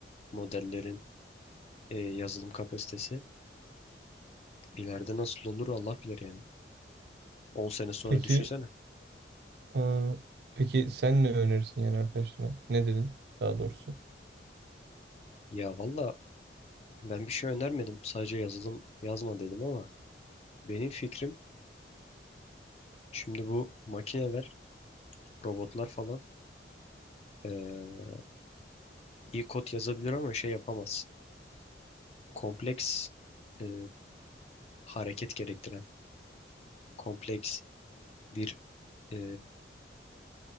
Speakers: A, on the left; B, on the right.
A: modellerin e, yazılım kapasitesi ileride nasıl olur Allah bilir yani. 10 sene sonra
B: Peki,
A: düşünsene.
B: e, peki sen ne önerirsin yani arkadaşına? Ne dedin daha doğrusu?
A: Ya valla ben bir şey önermedim. Sadece yazılım yazma dedim ama benim fikrim şimdi bu makineler, robotlar falan e, iyi kod yazabilir ama şey yapamaz. Kompleks e, hareket gerektiren, kompleks bir e,